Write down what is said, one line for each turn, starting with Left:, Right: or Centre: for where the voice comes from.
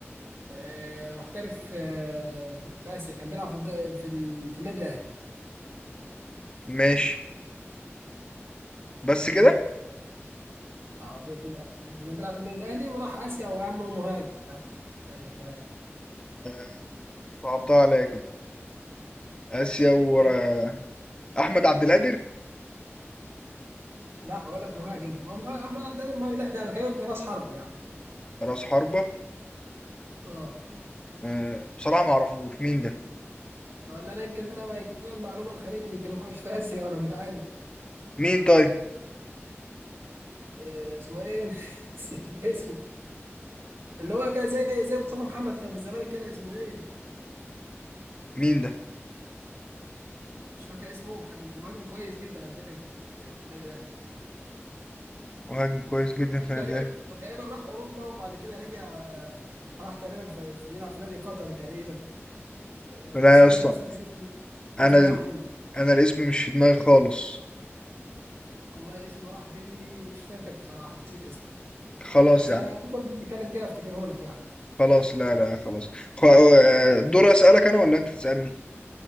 Right: آه محترف آه في اسيا كان بيلعب في الد... في ال... في النادي الاهلي
Left: ماشي بس
Right: مين
Left: كده
Right: بقى؟ اه في ال... كان بيلعب في النادي الاهلي وراح اسيا وهو يا عم مهاجم ها سهلتها
Left: آه، صعبتها عليا كده آسيا ورا
Right: لك.
Left: احمد عبد القادر
Right: لا بقول لك مهاجم هو مه- احمد عبد القادر مهاجم لا ده انا بكلمك راس حربه يعني
Left: راس حربة
Right: اه
Left: أه بصراحة ما اعرفوش مين ده
Right: ولا انا يمكن انا ما يمكن أنا المعلومه خانتني يمكن هو مش في اسيا انا مش عارف
Left: مين طيب
Right: إيه اسمه ايه <laughs> نسيت اسمه اللي هو كان زي زي مصطفى محمد كان في الزمالك كده اسمه ايه
Left: مين ده
Right: مش فاكر اسمه كان مهاجم كويس جدا على فكره في في النادي الاهلي
Left: مهاجم كويس جدا
Right: والله
Left: في النادي
Right: تقريبا
Left: الأهلي.
Right: تقريبا راح اوروبا وبعد كده رجع راح تقريبا في في يلعب في نادي قطري تقريبا إيه
Left: لا
Right: بس
Left: يا
Right: انا
Left: اسطى
Right: للاسف اسمه
Left: انا
Right: اسمه
Left: ال-
Right: راح مني
Left: انا الاسم مش في دماغي خالص
Right: والله اسمه راح مني مش فاكر بصراحه نسيت اسمه
Left: خلاص
Right: بس
Left: يا
Right: آه،
Left: عم
Right: كل ما بنتكلم كده افتكره لك يعني
Left: خلاص لا لا خلاص خ- آه، دور اسالك انا ولا انت تسالني